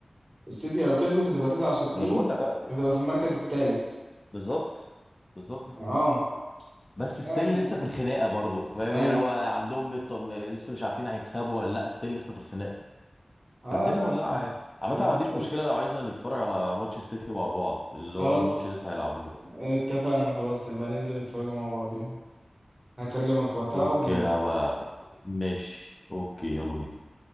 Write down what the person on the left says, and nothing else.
ما انا بقول لك آه،
بالظبط بالظبط
بس
ستيل
لسه في الخناقه برضه فاهم
يعني هو عندهم الط- لسه مش عارفين هيكسبوا ولا لا ستيل لسه في الخناقه
فالدنيا
مولعه يعني عامه
أنا ما عنديش مشكله
لو عايزنا نتفرج على ماتش السيتي مع بعض اللي
هو الماتش اللي لسه هيلعبوه ده
اوكي
هبقى ماشي اوكي يلا بينا